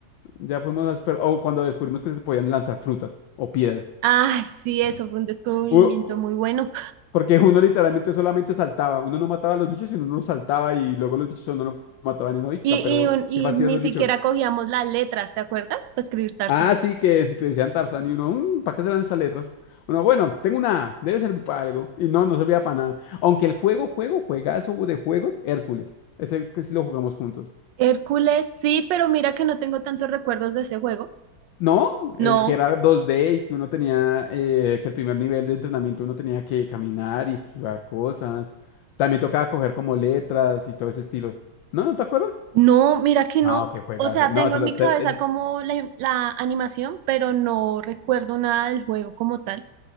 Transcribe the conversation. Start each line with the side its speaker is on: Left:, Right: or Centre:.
Left: ya fuimos a o cuando descubrimos que se podían lanzar frutas o piedras.
Right: Ay, sí, eso fue un descubrimiento
Left: U- u-
Right: muy bueno.
Left: porque uno literalmente solamente saltaba, uno no mataba a los bichos, sino uno no saltaba y luego los bichos no lo mataban y uno, "Ica,
Right: Y,
Left: pero
Right: y, un- y
Left: qué fastidio
Right: ni
Left: esos
Right: siquiera
Left: bichos.
Right: cogíamos las letras, ¿te acuerdas? Para escribir Tarzán.
Left: Ah, sí, que te decían Tarzán y uno, ¿para qué serán esas letras? Uno, bueno, tengo una A, debe servir para algo. Y no, no servía para nada. Aunque el juego, juego, juegazo de juegos, Hércules. Es el que sí lo jugamos juntos.
Right: Hércules, sí, pero mira que no tengo tantos recuerdos de ese juego.
Left: No,
Right: No.
Left: el que era dos d y que uno tenía, eh, que el primer nivel de entrenamiento uno tenía que caminar y esquivar cosas. También tocaba coger como letras y todo ese estilo. ¿No? ¿No te acuerdas?
Right: No, mira que
Left: No,
Right: no.
Left: qué juegazo.
Right: O sea,
Left: No,
Right: tengo
Left: se
Right: en
Left: lo-
Right: mi
Left: te-
Right: cabeza
Left: eh,
Right: como la, la animación, pero no recuerdo nada del juego como tal.